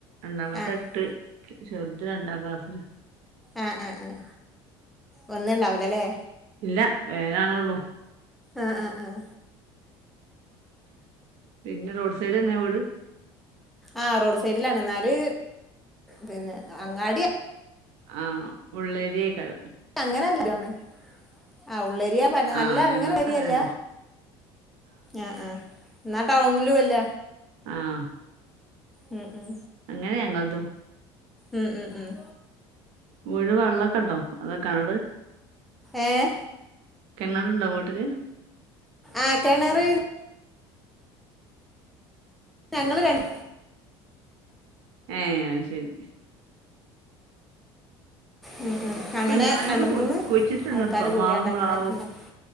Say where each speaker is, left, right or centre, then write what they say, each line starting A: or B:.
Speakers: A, on the right; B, in the centre.
A: രണ്ടാമത്തത്
B: ആ ആ
A: എട്ട്, ചെറ്ത് രണ്ടാം ക്ലാസ്സില്.
B: ഏഹ് ഏഹ് ഏഹ് വന്ന്ണ്ടാവുല ല്ലേ.
A: ഇല്ല വെരാനാണൊള്ളൂ.
B: ആഹ് ആഹ് ആഹ്.
A: പിന്നെ റോഡ് സൈഡെന്നെ വീട്?
B: ആഹ് റോഡ് സൈഡ്ലാണ് ഇന്നാല് പിന്നെ അങ്ങാടി
A: ആഹ് ഉള്ളേരിയെക്കാരം.
B: അങ്ങനെ <unintelligible> ആഹ് ഉള്ളേരിയാ ന്ന് പർഞ്ഞാ നല്ല
A: ആഹ് ഞങ്ങൾതും
B: അങ്ങനെ ഏരിയല്ല.
A: അങ്ങനെന്നെ
B: ആഹ് ആഹ് ഇന്നാ ടൗൺലും അല്ല.
A: ആഹ്.
B: ഉം ഉം.
A: അങ്ങനെ ഞങ്ങൾതും.
B: ഉം ഉം ഉം.
A: വീട്ട്ല് വെള്ളക്കെണ്ടോ? അതോ കെണറ്
B: ഏഹ്?
A: കിണറ്ണ്ടോ വീട്ടില്?
B: ആഹ് കെണറ് ഞങ്ങള് രണ്
A: ഏഹ് അഹ് ശെരി.
B: ഉം ഉം അങ്ങനെ
A: ഞാനിവിടെ
B: രണ്ട്
A: കുളി,
B: മൂന്ന്
A: കുയ്ച്ചിട്ട്ണ്
B: ആൾക്കാര്
A: ഇപ്പം
B: കൂടിയാണ്ട്
A: മാവും പ്ലാവും
B: അങ്ങനെ ഉണ്ടാക്കും